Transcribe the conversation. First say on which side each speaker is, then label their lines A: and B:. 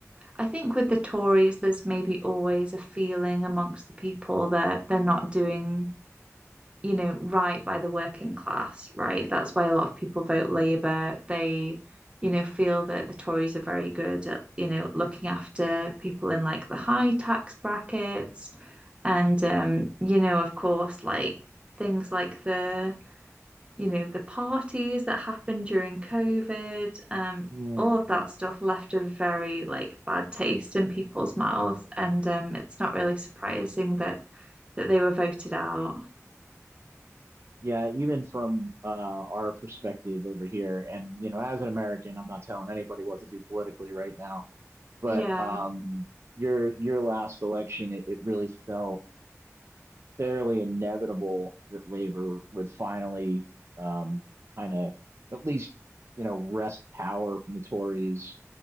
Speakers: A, on the right; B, on the right.
A: I think with the Tories, there's maybe always a feeling amongst the people that they're not doing, you know, right by the working class, right? That's why a lot of people vote Labour. They, you know, feel that the Tories are very good at, you know, looking after people in like the high tax brackets. And, um, you know, of course, like things like the you know, the parties that happened during COVID, um,
B: Mhm.
A: all of that stuff left a very like bad taste in people's mouths. And um, it's not really surprising that that they were voted out.
B: Yeah, even from uh, our perspective over here, and you know, as an American, I'm not telling anybody what to do politically right now. But
A: Yeah.
B: um, your your last election, it, it really felt fairly inevitable that Labor would finally um, kind of at least you know wrest power from the Tories